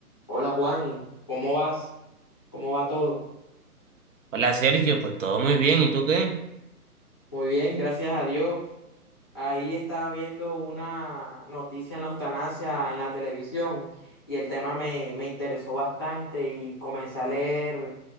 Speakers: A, on the left; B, on the right.
A: Hola Juan, ¿cómo vas? ¿Cómo va todo?
B: Hola Sergio, pues todo muy bien, ¿y tú qué?
A: Muy bien, gracias a Dios. Ahí estaba viendo una noticia en la eutanasia en la televisión y el tema me, me interesó bastante y comencé a leer